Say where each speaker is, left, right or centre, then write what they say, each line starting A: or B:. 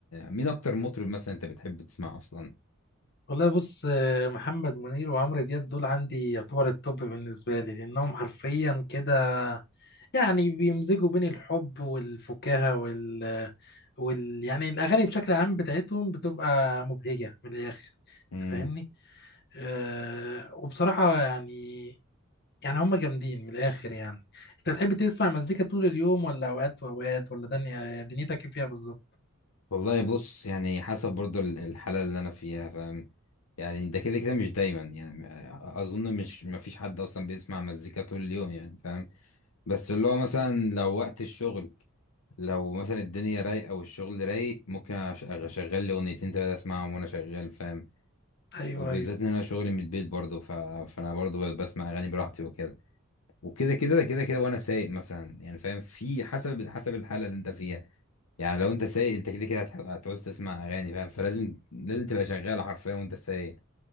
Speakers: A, on the left; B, on the left.
A: مين اكتر مطرب مثلا انت بتحب تسمعه اصلا
B: والله بص آه، محمد منير وعمرو دياب دول عندي يعتبر التوب بالنسبة لي لأنهم حرفيا كده يعني بيمزجوا بين الحب والفكاهة وال, وال... يعني الأغاني بشكل عام بتاعتهم بتبقى مبهجة من الآخر
A: امم
B: أنت فاهمني؟ أه وبصراحة يعني يعني هم جامدين من الآخر يعني أنت بتحب تسمع مزيكا طول اليوم ولا أوقات وأوقات ولا دنيا دنيتك إيه فيها بالظبط؟
A: والله بص يعني حسب برضو ال- الحاله اللي انا فيها فاهم يعني ده كده كده مش دايما يعني اظن مش مفيش حد اصلا بيسمع مزيكا طول اليوم يعني فاهم بس اللي هو مثلا لو وقت الشغل لو مثلا الدنيا رايقه والشغل رايق ممكن أش- اشغل لي اغنيتين تلاتة اسمعهم وانا شغال فاهم
B: أيوه
A: وبالذات
B: أيوه
A: ان انا شغلي من البيت برضه ف... فانا برضه بسمع اغاني براحتي وكده وكده كده كده كده وانا سايق مثلا يعني فاهم في حسب حسب الحاله اللي انت فيها يعني لو انت سايق انت كده كده هتح- هتعوز تسمع اغاني فاهم فلازم لازم تبقى شغاله حرفيا وانت سايق